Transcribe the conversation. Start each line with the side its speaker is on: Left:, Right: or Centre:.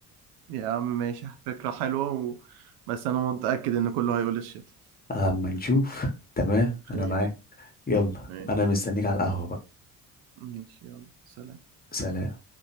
Right: يا عم ماشي فكرة حلوة و... بس أنا متأكد إن كله هيقول الشتاء
Left: اما نشوف تمام انا
Right: ماشي
Left: معاك يلا
Right: ماشي
Left: انا مستنيك على القهوة بقى
Right: <laughs> ماشي يلا سلام
Left: سلام